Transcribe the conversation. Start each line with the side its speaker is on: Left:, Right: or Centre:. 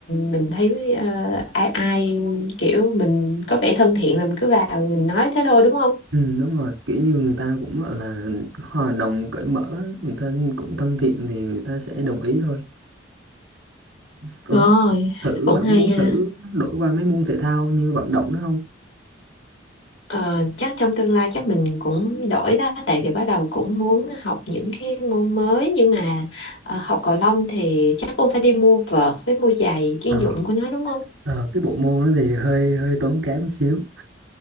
Left: mình thấy ờ, ai ai kiểu mình có vẻ thân thiện là mình cứ vào mình nói thế thôi đúng không
Right: ừ, đúng rồi kiểu như người ta cũng gọi là hòa đồng cởi mở người ta cũng thân thiện thì người ta sẽ đồng ý thôi Ủa,
Left: Rồi
Right: thử
Left: cũng
Right: bạn
Left: hay
Right: có muốn
Left: ha
Right: thử đổi qua mấy môn thể thao như vận động nữa không
Left: Ờ, chắc trong tương lai chắc mình cũng đổi đó tại vì bắt đầu cũng muốn học những cái môn mới nhưng mà ờ, học cầu lông thì chắc cũng phải đi mua vợt với mua giày chuyên
Right: Ờ,
Left: dụng của nó đúng không?
Right: ờ, cái bộ môn đó thì hơi hơi tốn kém một xíu